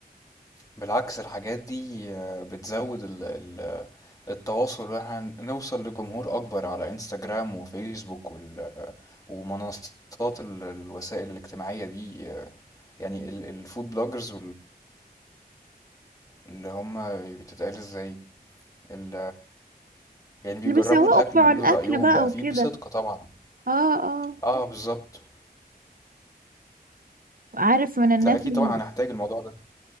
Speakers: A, on the left; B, on the right.
A: بالعكس الحاجات دي آه، بتزود ال- ال- التواصل واحنا نوصل لجمهور اكبر على انستجرام وفيسبوك وال- ومنصات ال- الوسائل الاجتماعية دي آه، يعني الفود بلوجرز اللي هم بتتقال ازاي ال يعني بيجربوا
B: اللي بيسوقوا
A: الأكل
B: بتوع
A: ويقولوا
B: الاكل
A: رأيهم
B: بقى
A: بقى
B: وكده
A: فيه بصدق طبعا
B: اه اه
A: اه بالظبط
B: عارف من الناس
A: لا أكيد
B: اللي
A: طبعا هنحتاج الموضوع ده